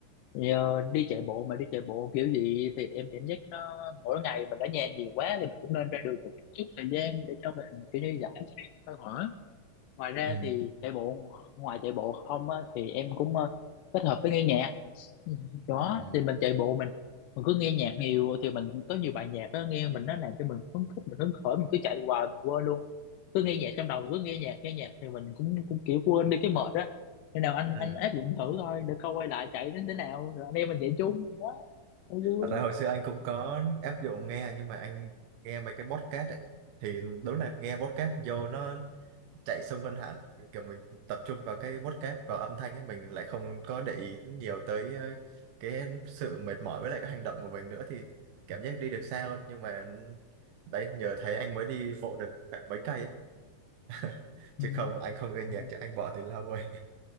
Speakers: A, on the left; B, on the right.
A: nhờ đi chạy bộ mà đi chạy bộ kiểu gì thì em cảm giác nó mỗi ngày mình ở nhà nhiều quá thì mình cũng nên ra đường một chút thời gian để cho mình kiểu như giải stress thôi hả ngoài ra
B: Ừ.
A: thì chạy bộ ngoài chạy bộ không á, thì em cũng ờ, kết hợp với nghe nhạc <laughs> Ừ, có
B: Ừ.
A: thì mình chạy bộ mình mình cứ nghe nhạc nhiều thì mình có nhiều bài nhạc đó nghe mình nó làm cho mình phấn khích mình hứng khởi mình cứ chạy hoài mình quên luôn cứ nghe nhạc trong đầu cứ nghe nhạc nghe nhạc thì mình cũng cũng kiểu quên đi cái mệt á khi nào anh
B: Ừ.
A: anh áp dụng thử thôi để coi quay lại chạy đến thế nào rồi anh em mình chạy chung đó cho vui
B: Thật ra hồi xưa anh cũng có áp dụng nghe nhưng mà anh nghe mấy cái podcast ấy thì đúng là nghe podcast vô nó chạy xung quanh hẳn kiểu mình tập trung vào cái podcast vào âm thanh ấy mình lại không có để ý nhiều tới ờ, cái sự mệt mỏi với lại cái hành động của mình nữa thì cảm giác đi được xa hơn nhưng mà đấy nhờ thế anh mới đi bộ được khoảng mấy cây ấy <laughs> chứ
A: ừ.
B: không anh không nghe nhạc
A: Ừ.
B: chứ anh bỏ thì lâu rồi